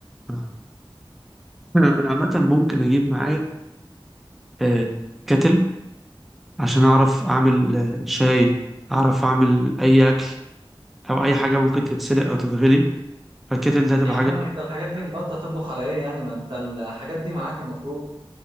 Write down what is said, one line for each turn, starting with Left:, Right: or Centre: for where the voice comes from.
Centre: آه. انا عامه ممكن اجيب معايا آه كاتل عشان اعرف اعمل آه، شاي اعرف اعمل اي اكل او اي حاجه ممكن تتسلق او تتغلي فالكاتل ده هتبقى
Right: يا عم
Centre: حاجه
Right: أنا- انت الحاجات دي ما انت هتطبخ على ايه يعني ما انت الحاجات دي معاك المفروض